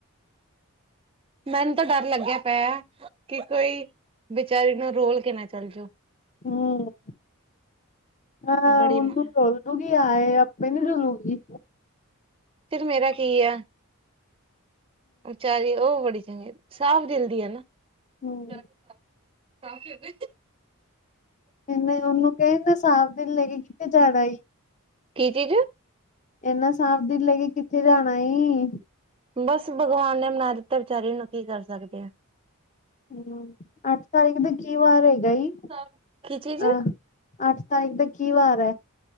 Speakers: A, on the right; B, on the left.
A: ਮੈਨੂੰ ਤਾਂ ਡਰ ਲੱਗਿਆ ਪਿਆ ਕਿ ਕੋਈ ਬਚਾਰੀ ਨੂੰ ਰੋਲ ਕੇ ਨਾ ਚੱਲ ਜਓ।
B: ਹੂੰ ਹਾਂ
A: ਬੜੀ ਮ
B: ਤੂੰ ਰੁਲ ਕਿਉਂਕਿ ਆਏ ਆਪੇ ਨਹੀਂ ਰੁਲੂਗੀ।
A: ਫਿਰ ਮੇਰਾ ਕੀ ਆ। ਵਿਚਾਰੀ ਉਹ ਬੜੀ ਚੰਗੀ ਸਾਫ਼ ਦਿਲ ਦੀ ਆ ਨਾ।
B: ਹੂੰ
A: ਸਾਫ਼ ਦਿਲ ਦੀ
B: ਇਹਨੇ ਉਹਨੂੰ ਕਹਿ ਤੇ ਸਾਫ਼ ਦਿਲ ਲੈ ਕੇ ਕਿਥੇ ਜਾਨਾ ਈ।
A: ਕੀ ਚੀਜ਼
B: ਇੰਨਾ ਸਾਫ਼ ਦਿਲ ਲੈ ਕੇ ਕਿੱਥੇ ਜਾਣਾਂ ਈ।
A: ਬਸ ਭਗਵਾਨ ਨੇ ਬਨਾ ਦਿੱਤਾ ਵਿਚਾਰੀ ਨੂੰ ਕੀ ਕਰ ਸਕਦੇ ਆ।
B: ਹੂੰ ਅੱਠ ਤਾਰੀਖ ਦਾ ਕੀ ਵਾਰ ਹੈਗਾ ਈ।
A: ਸਾਫ਼ ਕੀ ਚੀਜ਼
B: ਅਹ ਅੱਠ ਤਾਰੀਕ ਦਾ ਕੀ ਵਾਰ ਹੈ।